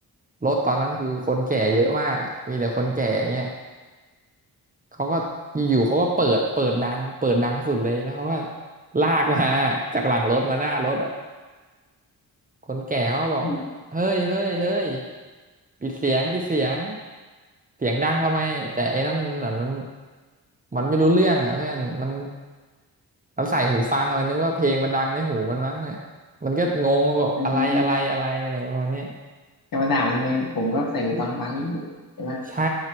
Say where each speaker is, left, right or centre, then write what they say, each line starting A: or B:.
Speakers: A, on the right (about 20°); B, on the left (about 60°).
A: รถตอนนั้นคือคนแก่เยอะมากอ่ะมีแต่คนแก่เงี้ยเขาก็อยู่ๆเขาก็เปิดเปิดดังเปิดดังสุดเลยแล้วเขาก็ลากมาจากหลังรถมาหน้ารถ คนแก่เขาบอกเฮ้ยเฮ้ยเฮ้ย
B: อืม
A: ปิดเสียงปิดเสียงเสียงดังทำไมแต่ไอ้นั่นมันมันมันไม่รู้เรื่องอ่ะเพื่อนมันมันใส่หูฟังอะมันนึกว่าเพลงมันดังในหูมันมั้งอะมันก็งงว่าบอกอะไรอะไรอะไรอะไรประมาณเนี้ย
B: อืม จะมาด่ามันทำไมผมก็ใส่หูฟังฟังอยู่ใช่ไหม
A: ใช่